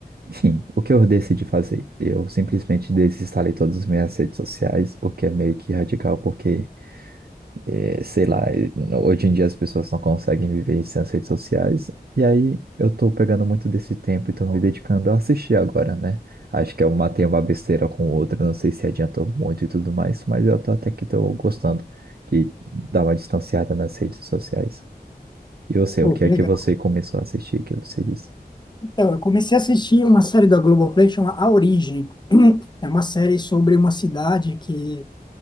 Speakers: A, on the right (about 65°); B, on the left (about 25°).
A: Enfim, o que eu decidi fazer? Eu simplesmente desinstalei todas as minhas redes sociais, o que é meio que radical porque É, sei lá, e no- hoje em dia as pessoas não conseguem viver sem as redes sociais. E aí eu tô pegando muito desse tempo e tô me dedicando a assistir agora, né? Acho que eu matei uma besteira com outra, não sei se adiantou muito e tudo mais, mas eu tô até que tô gostando de dar uma distanciada nas redes sociais. E você,
B: Pô,
A: o que
B: que
A: é
B: legal.
A: que você começou a assistir que você disse?
B: Então, eu comecei a assistir uma série da Globoplay chama A Origem. <clears throat> É uma série sobre uma cidade que